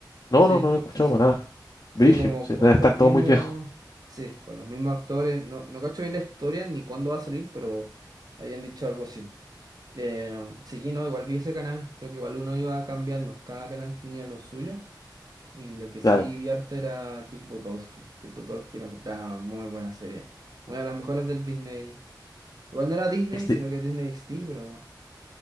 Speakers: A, on the left; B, on the right.
A: No,
B: Sí,
A: no, no he escuchado
B: sí, sí.
A: para nada. Brigio,
B: Sí, como
A: sí,
B: con
A: debe estar
B: los
A: todo
B: mismos,
A: muy viejo.
B: sí, con los mismos actores. No, no cacho bien la historia ni cuándo va a salir, pero habían dicho algo así. Eh, sí, no, igual vi ese canal, creo que igual uno iba cambiando, cada canal tenía lo suyo. Y lo que sí
A: Claro.
B: vi harto era Kick Buttowski. Kick Buttowski era una muy buena serie. Una de las mejores del Disney. Igual no era Disney,
A: XD.
B: sino que Disney XD, pero